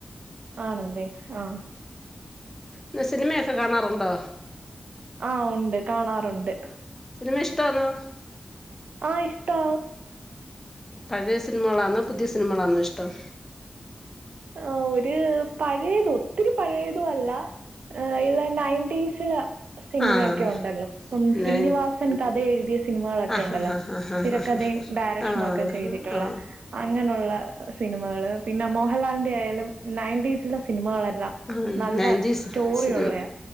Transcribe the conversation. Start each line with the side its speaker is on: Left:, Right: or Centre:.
Right: ആണല്ലേ ആഹ്
Left: ന്ന സിൻമയൊക്കെ കാണാറുണ്ടോ?
Right: ആഹ് ഉണ്ട് കാണാറുണ്ട്
Left: ന്ന്നെ ഇഷ്ട്ടാന്നോ
Right: ആഹ് ഇഷ്ടോ
Left: പഴയ സിനിമകളാന്നോ പുതിയ സിനിമകളാന്നോ ഇഷ്ടം?
Right: ആ ഒരു പഴയത് ഒത്തിരി പഴയതു അല്ല ഏ ഇല്ല നയൻറ്റിസില് സിനിമേക്കെ
Left: ആഹ്
Right: ഉണ്ടല്ലോ ഇപ്പം ശ്രീനിവാസൻ
Left: നയൻ
Right: കഥ എഴുതിയ സിനിമകളൊക്കെ
Left: ആഹ്
Right: ഉണ്ടല്ലോ
Left: ആഹ് ആഹ്
Right: തിരക്കഥയും ഡയറക്ഷനും
Left: ആഹ് ആഹ് ആഹ്
Right: ഒക്കെ ചെയ്തിട്ടുള്ള
Left: ആഹ് ആഹ്
Right: അങ്ങനുള്ള സിനിമകള് പിന്നെ മോ ഹൽലാലിനന്റെ ഏയാലും നയൻറ്റീസിലെ സിനിമകളല്ലാം
Left: ആഹ്
Right: നല്ല
Left: നയൻറ്റീസ്
Right: സ്റ്റോറി
Left: സിനിമ
Right: ഉള്ളയ